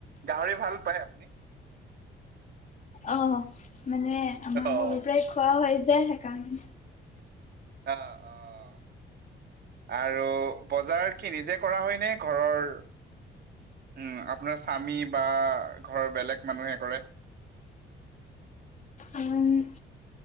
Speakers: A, on the right; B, on the left.
A: গাহৰি ভাল পায়, আপুনি?
B: অহ। মানে, আমাৰ
A: অ'
B: সৰুৰ পৰাই খোৱা হয়। যে, সেইকাৰণে।
A: আ, অ'। আৰু বজাৰ। কি, নিজে কৰা হয় নে? ঘৰৰ, উ'ম, আপোনাৰ স্বামী বা ঘৰৰ বেলেগ মানুহে কৰে?
B: উ'ম।